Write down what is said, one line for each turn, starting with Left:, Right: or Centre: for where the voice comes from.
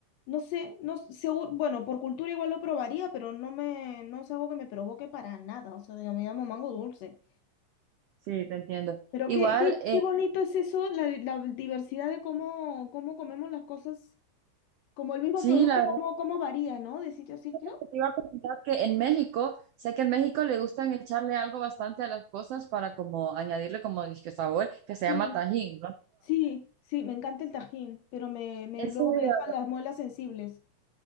Left: no sé, no sé, bueno, por cultura igual lo probaría, pero no me, no es algo que me provoque para nada. O sea, digo, me llamo mango dulce.
Right: Sí, te entiendo.
Left: Pero
Right: Igual,
Left: qué, qué,
Right: eh,
Left: qué bonito es eso, la, la diversidad de cómo, cómo comemos las cosas, como el mismo
Right: sí,
Left: producto,
Right: la verdad
Left: cómo, cómo varía, ¿no? De sitio a sitio.
Right: es que te iba a preguntar que en México, sé que en México le gustan echarle algo bastante a las cosas para como añadirle como disque sabor, que
Left: Sí,
Right: se llama Tajín, ¿no?
Left: sí, sí, me encanta el tajín, pero me, me,
Right: En
Left: luego
Right: serio,
Left: me dejan las muelas sensibles.